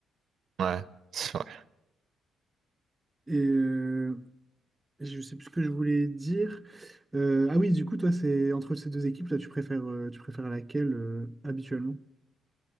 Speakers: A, on the right; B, on the right.
A: Ouais. <laughs> c'est vrai.
B: Et, euh, Je sais plus ce que je voulais dire. Euh, ah oui, du coup, toi, c'est entre ces deux équipes, là, tu préfères, euh, tu préfères laquelle euh, habituellement?